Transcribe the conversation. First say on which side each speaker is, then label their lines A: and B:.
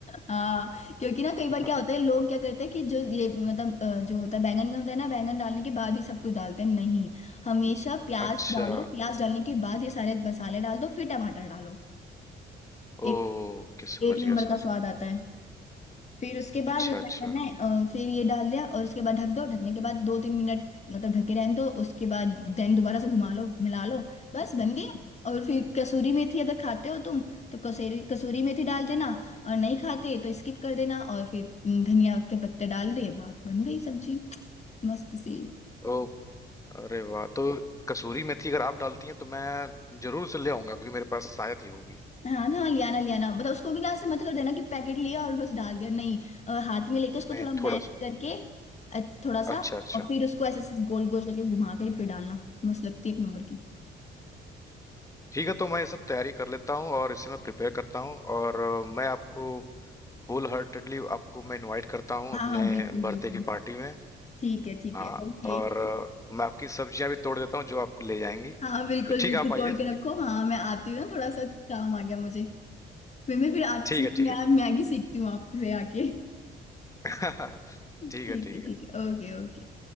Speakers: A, on the left (about 35°); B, on the left (about 15°).
A: हाँ क्योंकि ना कई बार
B: <laughs>
A: क्या होता है लोग क्या करते हैं कि जो ये मतलब अ, जो होता है बैंगन का होता है ना बैंगन डालने के बाद ही सब कुछ डालते हैं नहीं हमेशा प्याज
B: अच्छा
A: डालो प्याज डालने के बाद ये सारे मसाले डाल दो फिर टमाटर डालो एक
B: ओ के समझ
A: एक
B: गया
A: नंबर
B: समझ
A: का स्वाद
B: गया
A: आता है फिर उसके बाद
B: अच्छा
A: क्या
B: अच्छा
A: करना है अ, फिर ये डाल दिया और उसके बाद ढक दो ढकने के बाद दो तीन मिनट मतलब ढके रहने दो उसके बाद देन दोबारा से घुमा लो मिला लो बस बन गई और फिर कसूरी मेथी अगर खाते हो तुम तो कसूरी कसूरी मेथी डाल देना और नहीं खाते तो स्किप कर देना और फिर हम्म, धनिया के पत्ते डाल दिए बात बन गई सब्जी मस्त सी
B: ओ अरे वाह तो कसूरी मेथी अगर आप डालती हैं तो मैं जरूर उसे ले आऊंगा क्योंकि मेरे पास शायद ही होगी
A: हाँ ना लियाना लियाना मतलब उसको भी ना ऐसे मत कर देना कि पैकेट लिया और बस डाल दिया नहीं अ, हाथ में लेके उसको
B: नहीं
A: थोड़ा मैश
B: थोड़ा सा
A: करके अ, थोड़ा सा
B: अच्छा अच्छा
A: और फिर उसको ऐसे ऐसे गोल गोल करके घुमा के फिर डालना मस्त लगती है एक नंबर की
B: ठीक है तो मैं ये सब तैयारी कर लेता हूँ और इसे मैं प्रिपेयर करता हूँ और अ, मैं आपको होल हार्टेडली आपको मैं इनवाइट करता हूँ
A: हाँ
B: अपने
A: हाँ बिल्कुल
B: बर्थडे
A: बिल्कुल
B: की पार्टी में
A: ठीक है ठीक
B: हाँ
A: है ओके
B: और अ, मैं आपकी सब्जियां भी तोड़ देता हूँ जो आप ले जाएंगी
A: हाँ बिल्कुल
B: तो ठीक
A: बिल्कुल
B: है आप
A: तोड़
B: आइए
A: के रखो हाँ मैं आती हूँ ना थोड़ा सा काम आ गया मुझे फिर मैं फिर आपसे
B: ठीक है ठीक
A: मैं
B: है
A: मैगी सीखती हूँ आपसे आके <laughs>
B: <laughs>
A: ठीक
B: ठीक है ठीक
A: है
B: है
A: ठीक है ओके ओके